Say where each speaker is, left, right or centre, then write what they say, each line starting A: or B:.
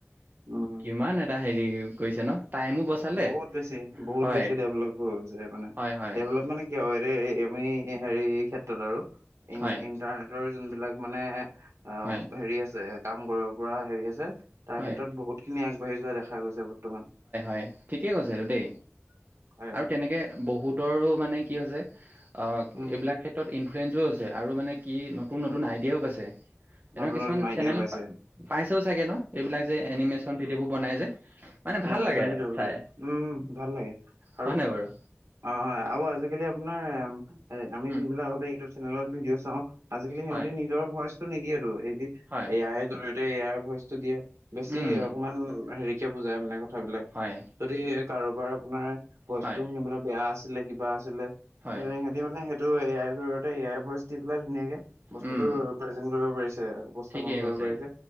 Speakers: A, on the right; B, on the right.
A: উম
B: কিমান এটা হেৰি কৰিছে ন টাইমো বচালে
A: বহুত বেছি বহুত
B: হয়
A: বেছি ডেভেলপ হৈ গৈছে মানে
B: হয় হয়
A: ডেভলপ মানে কিয় আমি হেৰি ক্ষেত্ৰত আৰু ই
B: হয়
A: ইণ্টাৰনেটৰ যোনবিলাক মানে অ
B: হয়
A: হেৰি আছে কাম কৰিব পৰা হেৰি আছে তাৰ
B: হয়
A: ক্ষেত্ৰত বহুত খিনি বাঢ়ি যোৱা দেখা গৈছে বৰ্তমান
B: থঠিকে কৈছে সটো
A: উম,
B: দেই
A: হয়
B: আৰু
A: হয়
B: তেনেকে বহুতৰ মানে কি হৈছে অ
A: উম
B: এইবিলাক
A: উম
B: ক্ষেত্ৰত ইনফ্লুৱেঞ্চো আছে আৰু মানে কি নতুন নতুন আইডিয়াও পাইছে
A: নতুন
B: এনেক কিছুমান
A: নতুন আইডিয়া
B: চেনেল
A: পাইছে
B: পাইছেও চাগে ন এইবিলাক যে এনিমেচন ভিডিঅ' বোৰ বনাই যে মানে
A: এমন
B: ভাল লাগে
A: ভিঅ উ
B: চাই
A: ভাল লাগে আৰু
B: হয় নাই বাৰু?
A: অ হয় হয় আৰু আজিকালি আপোনাৰ আমি
B: উম,
A: যোনবিলাক আগতে ইউটিউ চেনেলত ভিডি' চা আজিকিহঁতি
B: হয়,
A: নিজৰ ভইচটো নিদিয়ে এই
B: হয়,
A: ইয়াৰ জৰিয়তে ইয়াৰ ভইচটো দিয়ে বেছি
B: উম,
A: অকমান হেৰি িক বুজাই মানে কথাবিলাক
B: হয়,
A: যদি কাৰোবাৰ আপোনাৰ ভইচটো
B: হয়,
A: শুনিবলৈ বেয়া আছে আছিলে কিবা আছিলে
B: হয়,
A: সহঁতি মানে সেইটো A I জতে A I voice দি পেলাই ধুনীয়াকে বস্তুতো
B: উম,
A: প্ৰ কৰিব পাৰিছে উপস্থাপন
B: ঠিকেই
A: কৰিব
B: কৈছে,
A: পাৰিছে